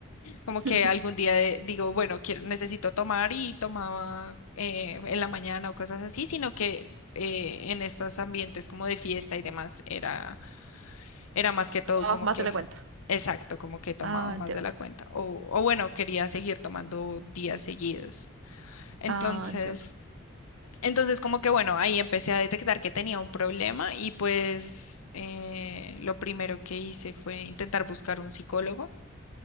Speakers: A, on the left; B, on the right.
A: Como
B: <laughs>
A: que algún día de- digo, bueno, quiero, necesito tomar y tomaba eh, en la mañana o cosas así, sino que eh, en estos ambientes como de fiesta y demás era, era más que todo
B: Tomabas
A: como
B: más
A: que,
B: de la cuenta.
A: exacto, como que tomaba
B: Ah,
A: más
B: entiendo.
A: de la cuenta. O, o bueno, quería seguir tomando días seguidos. Entonces,
B: Ah, entiendo.
A: entonces como que bueno, ahí empecé a detectar que tenía un problema y pues eh, lo primero que hice fue intentar buscar un psicólogo.